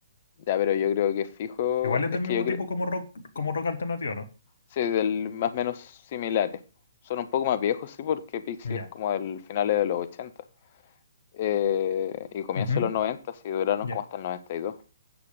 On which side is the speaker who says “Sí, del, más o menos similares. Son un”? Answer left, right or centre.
Left